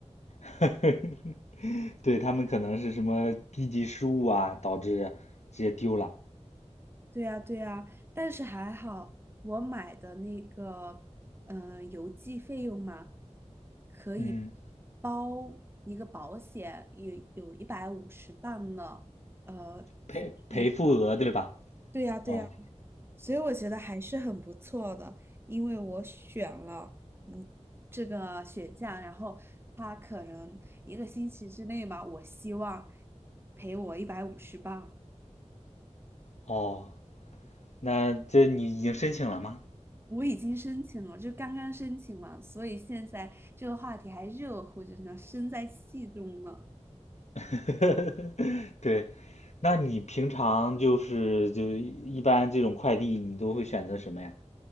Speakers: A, on the left; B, on the right.
A: <laughs> 对，他们可能是什么低级失误啊，导致直接丢了。
B: 对呀，对呀，但是还好，我买的那个，嗯、邮寄费用嘛，可以
A: 嗯，
B: 包一个保险，有有一百五十磅呢，呃，
A: 赔赔付额对吧？
B: 只赔。对呀，对呀，
A: 哦
B: 所以我觉得还是很不错的，因为我选了，嗯，这个雪降，然后他可能一个星期之内嘛，我希望赔我一百五十磅。
A: 哦，那这你已经申请了吗？
B: 我已经申请了，就刚刚申请嘛，所以现在这个话题还热乎着呢，身在戏中呢。
A: <laughs> 对，那你平常就是就一般这种快递你都会选择什么呀？